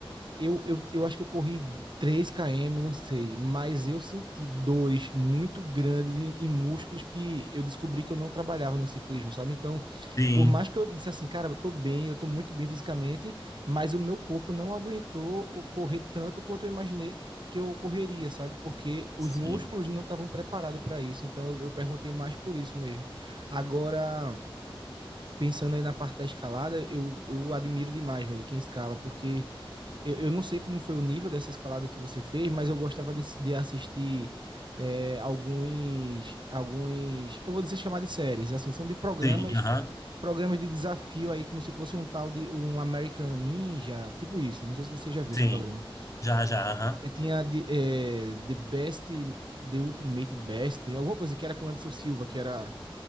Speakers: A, on the right; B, on the left.
A: Eu, eu, eu acho que eu corri 3 km, não sei, mas eu senti dores muito grandes em, em músculos que eu descobri que eu não trabalhava no ciclismo, sabe? Então,
B: Sim,
A: por mais que eu disse assim, cara, eu tô bem, eu tô muito bem fisicamente, mas o meu corpo não aguentou o- correr tanto quanto eu imaginei que eu correria, sabe? Porque os
B: sim.
A: músculos não estavam preparados para isso. Então, eu, eu perguntei mais por isso mesmo. Agora, pensando aí na parte da escalada, eu, eu admiro demais, velho, quem escala, porque eu, eu não sei como foi o nível dessa escalada que você fez, mas eu gostava de, de assistir é, alguns, alguns, eu vou dizer chamar de séries, assim, são de programas,
B: Sim, aham,
A: programas de desafio aí, como se fosse um tal de um American Ninja, tipo isso. Não sei se você já viu esse
B: sim.
A: programa.
B: Já, já, aham.
A: É, tinha de, é, The Best, The Ultimate Best, alguma coisa que era com o Anderson Silva, que era